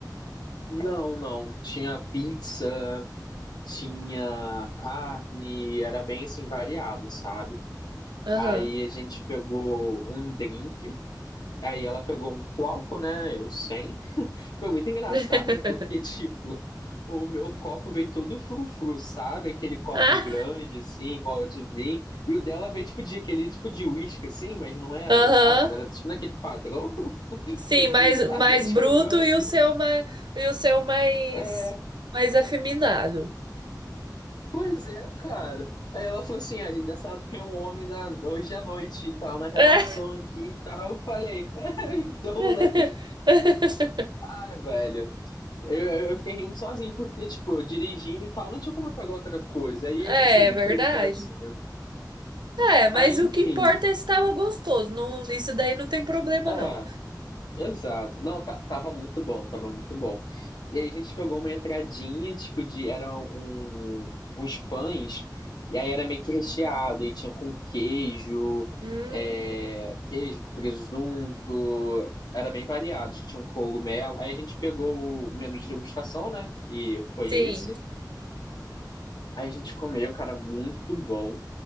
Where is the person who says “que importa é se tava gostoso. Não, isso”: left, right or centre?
Right